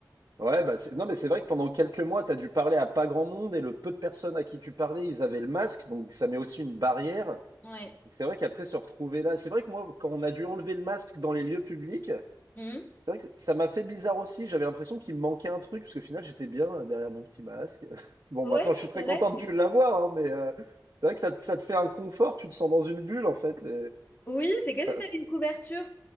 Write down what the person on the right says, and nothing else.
Ouais, bah c'est- non, mais c'est vrai que pendant quelques mois, tu as dû parler à pas grand monde et le peu de personnes à qui tu parlais, ils avaient le masque, donc ça met aussi une barrière.
Donc C'est vrai qu'après se retrouver là, c'est vrai que moi, quand on a dû enlever le masque dans les lieux publics, c'est
vrai que ça m'a fait bizarre aussi. J'avais l'impression qu'il me manquait un truc, parce qu'au final, j'étais bien derrière mon petit masque. <laughs> Bon,
maintenant,
je suis très
content
de plus l'avoir, hein, mais euh, c'est vrai que ça, te- ça te fait un confort, tu te sens dans une bulle, en fait. et
ça,